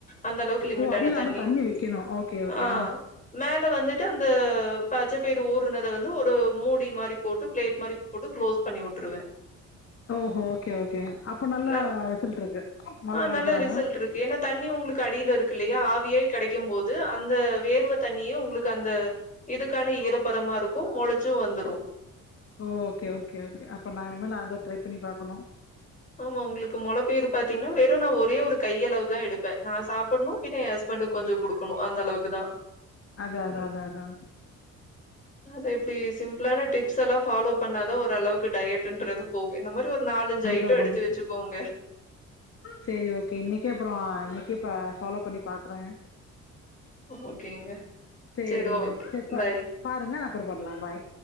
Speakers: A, on the left; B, on the left.
A: அந்த அளவுக்கு லிமிட்டான
B: ஓ அடியில
A: தண்ணி
B: ஆனா வைக்கணு ஓகே ஓகே
A: ஆ மேல வந்துட்டு அந்த பச்சப்பயிர் ஊருனத வந்து ஒரு மூடி மாரி போட்டு ப்ளேட் மாரி போட்டு க்ளோஸ் பண்ணி உட்ருவ
B: ஓ ஓ ஓக்கே ஓக்கே அப்ப நல்ல
A: ந
B: ரிசல்ட் இருக்கு மழை
A: ஆ
B: வருதுனால
A: நல்ல ரிசல்ட் இருக்கு ஏன்னா தண்ணி உங்களுக்கு அடியில இருக்கு இல்லையா ஆவியாய் கடைக்கும் போது அந்த வேர்வ தண்ணியு உங்களுக்கு அந்த இதுக்கான ஈரப்பதமா இருக்கு மொளச்சு வந்துரு
B: ஓ ஓக்கே ஓக்கே ஓக்கே அப்ப நா இனிமேல் அத ட்ரை பண்ணி பாக்கணு
A: ஆமா உங்களுக்கு மொள பெயரு பாத்தீங்கன்னா வெறு நா ஒரே ஒரு கையளவு தா எடுப் ப்ப நா சாப்புட்ணு கிட்ட எ ஹஸ்பண்டக்கு கொஞ்சு கொடுக்கணு அந்தளவுக்கு தா
B: அதா அதா அதா அதா
A: அது இப்பிடி சிம்பிளான டிப்ஸ் எல்லா ஃபாலோ பண்ணாதா ஒரு அளவுக்கு டயட்டுன்றது போகு இந்த மாரி ஒரு நாலஞ்சு ஐ
B: <unintelligible> வந்து
A: போங்க
B: செரி ஓக்கே இன்னைக்கு அப்புறோ இன்னைக்கே பா ஃபாலோ பண்ணி பாக்குறங்க
A: ஓகேங்க.
B: சேரிங்க
A: சரி ஓகே.
B: செரிப் பா
A: பை.
B: பாருங்க அப்புறோ பண்ணலா பாய்